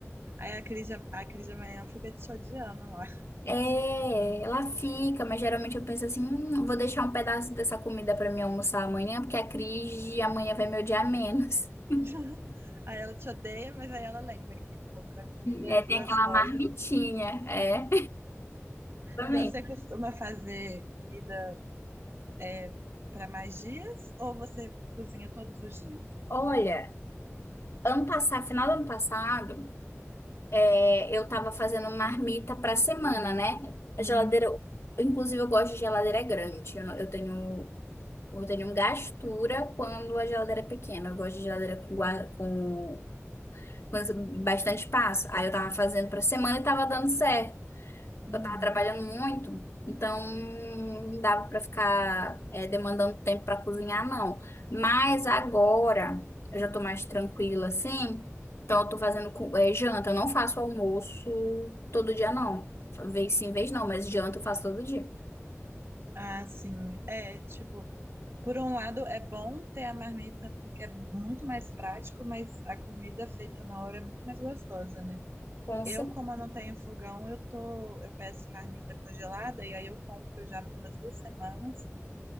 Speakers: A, on the right; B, on the left.
A: Aí a Cris, de- a Cris de amanhã fica te odiando lá.
B: É, ela fica, mas geralmente eu penso assim, hum, vou deixar um pedaço dessa comida pra mim almoçar amanhã, porque a Cris de amanhã vai me odiar menos. <laughs>
A: <laughs> Aí ela te odeia, mas aí ela lembra que tem um pouco da comida
B: É, tem
A: gostosa.
B: aquela marmitinha, é. Também.
A: E você costuma fazer comida é, para mais dias ou você cozinha todos os dias?
B: Olha, ano passado, final do ano passado, é, eu tava fazendo marmita pra semana, né? A geladeira Inclusive, eu gosto de geladeira grande. Eu, não- eu tenho. Eu tenho um gastura quando a geladeira é pequena. Eu gosto de geladeira com, gua- com, com bastante espaço. Aí eu tava fazendo pra semana e tava dando certo.
A: Uhum.
B: Eu tava trabalhando muito, então não dava pra ficar é, demandando tempo pra cozinhar, não. Mas agora eu já tô mais tranquila, assim. Então eu tô fazendo co- é, janta. Eu não faço almoço todo dia, não. Vez sim, vez não, mas janta eu faço todo dia.
A: Ah, sim. É, tipo, Por um lado, é bom ter a marmita porque é muito mais prático, mas a comida feita na hora é muito mais gostosa, né?
B: Com
A: Eu,
B: certeza.
A: como eu não tenho fogão, eu tô, eu peço marmita congelada e aí eu compro já para umas duas semanas.